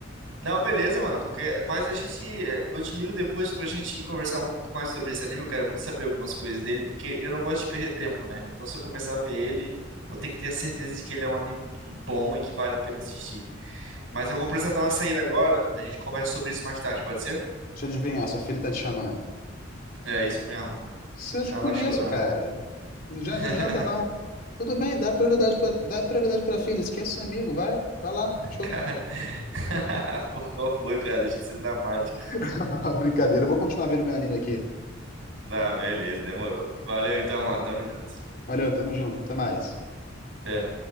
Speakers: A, on the right; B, on the left.
A: não, beleza, mano. Qualquer, mas a gente, eh, eu te ligo depois pra gente conversar um pouco mais sobre esse anime. Eu quero muito saber algumas coisas dele, porque eu não gosto de perder tempo, né? Então, se eu começar a ver ele, eu tenho que ter a certeza de que ele é um anime bom e que vale a pena assistir. Mas eu vou precisar dar uma saída agora. A gente conversa sobre isso mais tarde, pode ser?
B: Deixa eu adivinhar, sua filha tá te chamando.
A: É isso mesmo.
B: Se eu te
A: Tá
B: conheço,
A: lá chorando.
B: cara. Não já-
A: <laughs>
B: já adianta, não. Tudo bem, dá prioridade pra, dá prioridade pra filha. Esquece seu amigo, vai. Vai lá, show.
A: Cara, <laughs> por qual foi, cara? Deixa de ser dramático.
B: <laughs> Brincadeira, eu vou continuar vendo meu anime aqui.
A: Tá, beleza, demorou. Valeu então, mano. Tamo junto.
B: Valeu, tamo junto, até mais.
A: Até.